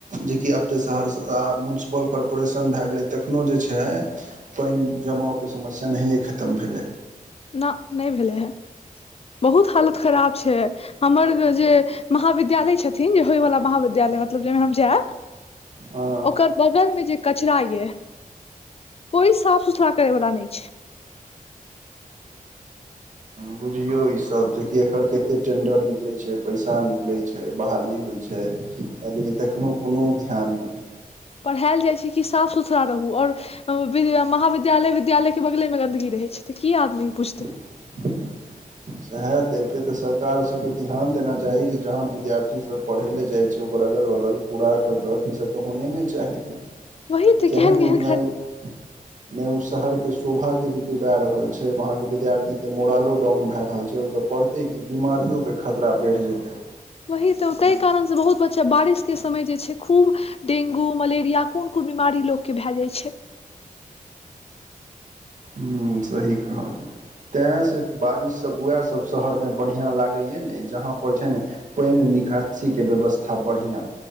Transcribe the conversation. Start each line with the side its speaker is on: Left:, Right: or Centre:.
Right: जेकि आब तऽ सहरसा मुन्सिपल कॉर्पोरेशन भए गेलैऽ तखनो जे छै पानि जमाव के समस्या नहि खतम भेलै।
Left: ना नहि भेलै हँ बहुत हालत खराब छै हमर जे महाविद्यालय छथिन जे होय वला महाविद्यालय मतलब जाहिमे हम जायब
Right: हँ
Left: ओकर बगल मे जे कचरा ये कोई साफ सुथरा करे वाला नहि छै। <inaudible>
Right: बुझियौ ईसभ जेकि एकर केते टेंडर निकलै छै पैसा निकलै छै बहाली होइ छै एलये लेकिन तखनो कोनो ध्यान नै
Left: पढ़ायल जाइ छै कि साफ सुथरा रहूँ ओर महाविद्यालय विद्यालय के बगले मे गन्दगी रहै छै तऽ की आदमी पुछतै
Right: <unintelligible> सेहा तऽ एहिपे तऽ सरकार सभके ध्यान देना चाही जे जहाँ विद्यार्थीसभ पढ़ै ले जाइ छै ओकर अगल बगल कूड़ा करकट ई सभ तऽ होने ने चाही
Left: वही तऽ
Right: चहन
Left: केहन केहन
Right: उतनाय
Left: खराब
Right: <unintelligible> नहि उ शहर के शोभा के भी डूबा रहल छैय वहांके विद्यार्थीके मोड़ालो डाउन भय रहल रहल छै ओ जे पढ़तै कि बिमारियो के खतरा बढ़ि जेतै।
Left: वही तऽ ताहि कारणसँ बहुत बच्चा बारिश के समय जे छै खूब डेगू मलेरिया कोन कोन बीमारी लोक के भए जाइत छै
Right: हूँ सही कहलिये तैस बारिश सभ उएह सभ शहरमे बढ़िया लागैय ने जहा पर छै ने पानि निकासी के व्यवस्था बढ़िया